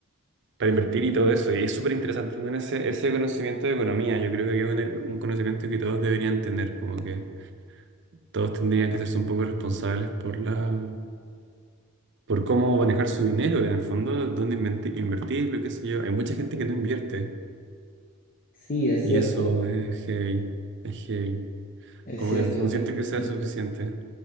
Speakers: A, on the right; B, on the left.
A: para invertir y todo eso. Y es súper interesante tener ese, ese conocimiento de economía. Yo creo que es un, un conocimiento que todos deberían tener, como que todos tendrían que hacerse un poco responsables por la, por cómo manejar su dinero, en el fondo, dónde inventi- invertirlo, qué sé yo. Hay mucha gente que no invierte
B: Sí, es
A: y
B: cierto,
A: eso es heavy, es heavy.
B: es
A: Como
B: cierto.
A: que no siento
B: Y,
A: que sea
B: y
A: suficiente.